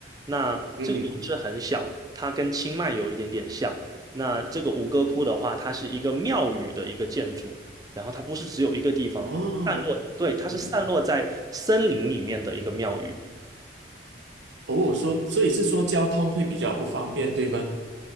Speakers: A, on the right (about 20°); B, on the right (about 70°).
A: 那这个城市很小，
B: 嗯哼，
A: 它跟清迈有一点点像。那这个吴哥窟的话，它是一个庙宇的一个建筑，然后它不是只有一个地方散落，
B: 哦，
A: 对，它是散落在森林里面的一个庙宇。
B: 嗯哼，哦，说，所以是说交通会比较不方便，对吗？